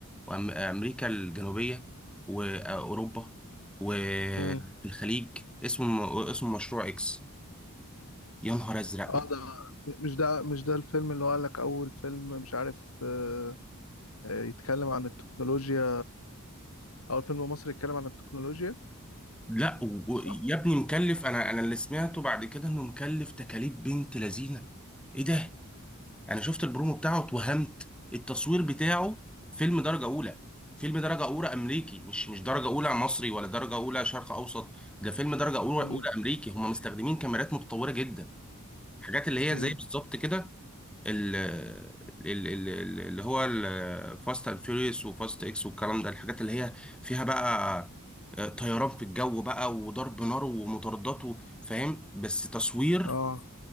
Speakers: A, in the centre; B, on the left (about 75°).
A: وامريكا الجنوبيه واوروبا وفي
B: مم.
A: الخليج اسمه اسمه مشروع اكس يا نهار ازرق
B: اه ده مش ده مش ده الفيلم اللي هو قال لك اول فيلم مش عارف آه، آه، يتكلم عن التكنولوجيا اول فيلم مصري يتكلم عن التكنولوجيا
A: لا و- و-
B: صح
A: يا ابني مكلف انا انا اللي سمعته بعد كده انه مكلف تكاليف بنت لذينه ايه ده يعني شفت البرومو بتاعه اتوهمت التصوير بتاعه فيلم درجة أولى فيلم درجة أولى أمريكي مش مش درجة أولى مصري ولا درجة أولى شرق أوسط ده فيلم درجة أولى
B: مم.
A: أولى أمريكي هم مستخدمين كاميرات متطورة جدا حاجات اللي
B: مم.
A: هي زي بالظبط كده ال- ال- ال- ال- اللي هو الفاست اند فيوريوس وفاست اكس والكلام ده الحاجات اللي هي فيها بقى آه، طيران في الجو بقى وضرب نار ومطاردات و- فاهم بس تصوير
B: اه